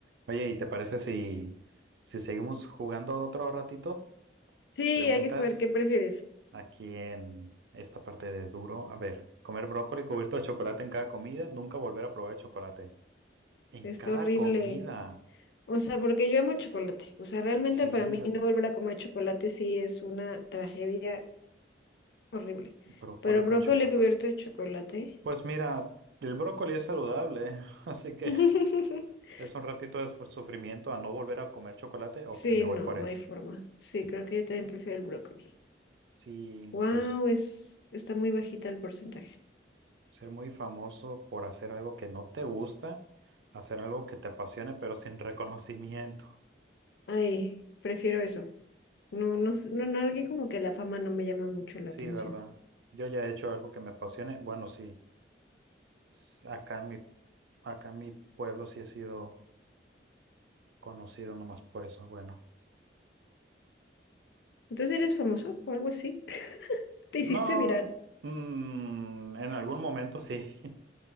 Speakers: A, on the right (about 70°); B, on the left (about 65°).
A: Oye, ¿y te parece si, si seguimos jugando otro ratito?
B: Sí,
A: Preguntas
B: hay que jugar. ¿Qué prefieres?
A: aquí en esta parte de duro. A ver, comer brócoli cubierto de chocolate en cada comida, nunca volver a probar el chocolate. En
B: Está
A: cada
B: horrible.
A: comida.
B: O sea, porque yo amo el chocolate. O sea, realmente
A: Sí,
B: para mí
A: yo
B: no volver a comer chocolate sí es una tragedia horrible.
A: brócoli
B: Pero
A: con
B: brócoli
A: chocolate.
B: cubierto de chocolate.
A: Pues mira, el brócoli es saludable, <laughs> así que
B: <laughs>
A: es un ratito de sufrimiento a no volver a comer chocolate.
B: Sí,
A: Ok, me voy
B: no,
A: por
B: no
A: eso.
B: hay forma. Sí, creo que yo también prefiero el brócoli.
A: Sí,
B: Wow,
A: pues.
B: es, está muy bajita el porcentaje.
A: Ser muy famoso por hacer algo que no te gusta, hacer algo que te apasione, pero sin <laughs> reconocimiento.
B: Ay, prefiero eso. No, no, s- no, no, alguien como que la fama no me llama mucho la
A: Sí,
B: atención.
A: ¿verdad? Yo ya he hecho algo que me apasione. Bueno, sí. S- Acá en mi, acá en mi pueblo sí he sido conocido nomás por eso. Bueno,
B: Entonces, ¿eres famoso o algo así? <laughs> ¿Te
A: no,
B: hiciste viral?
A: mm, en algún momento sí. <laughs>